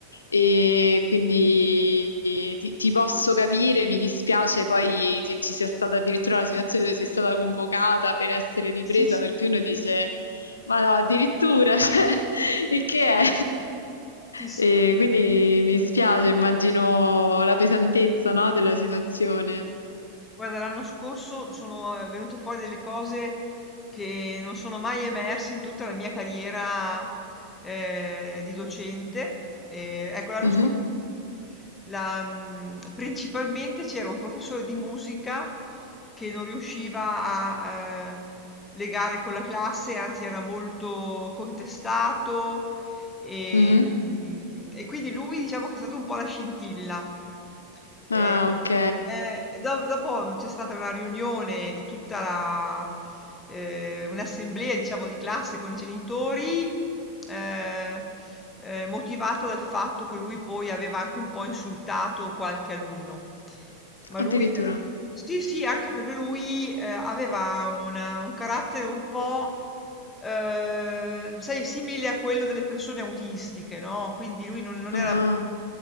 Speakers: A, on the left; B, on the left.
A: E quindi ti, ti posso capire, mi dispiace poi che ci sia stata addirittura la situazione dove sei stata convocata per essere ripresa,
B: Sì, sì,
A: perché uno dice ma no, addirittura, <laughs> cioè, il che è?
B: sì, sì.
A: E quindi mi spiace, immagino la pesantezza, no, della situazione.
B: Guarda, l'anno scorso sono eh, venute fuori delle cose che non sono mai emerse in tutta la mia carriera eh, di docente. E, ecco, l'anno
A: Mhm,
B: scorso mh, la, mh, principalmente c'era un professore di musica che non riusciva a eh, legare con la classe, anzi era molto contestato, e,
A: mhm.
B: mm, e quindi lui diciamo che è stato un po' la scintilla. Eh,
A: Ah, ok.
B: eh, do- dopo c'è stata una riunione di tutta la, eh, un'assemblea, diciamo, di classe con i genitori, eh, eh, motivata dal fatto che lui poi aveva anche un po' insultato qualche alunno. Ma
A: Addirittura.
B: lui, eh, sì, sì, anche perché lui eh, aveva una- un carattere un po', eh, sai, simile a quello delle persone autistiche, no? Quindi lui non, non
A: Ah,
B: era,